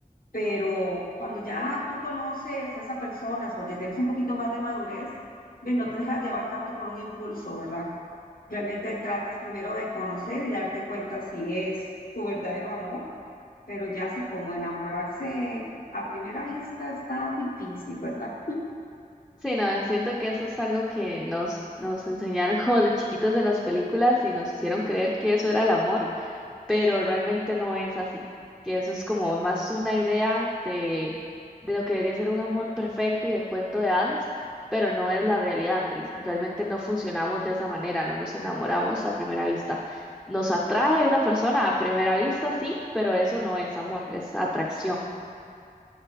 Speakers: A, on the left; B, in the centre.
A: Pero cuando ya tú conoces a esa persona o que tienes un poquito más de madurez, ve, no te dejas llevar tanto por un impulso, ¿verdad? Realmente tratas primero de conocer y darte cuenta si es tu verdadero amor, pero ya sí como enamorarse a primera vista está difícil, ¿verdad?
B: Sí, no, siento que eso es algo que nos, nos enseñaron <laughs> como de chiquitos en las películas y nos hicieron creer que eso era el amor. pero realmente no es así, que eso es como más una idea de, de lo que debería ser un amor perfecto y de cuento de hadas, pero no es la realidad, el- realmente no funcionamos de esa manera, no nos enamoramos a primera vista. Nos atrae una persona a primera vista, sí, pero eso no es amor, es atracción.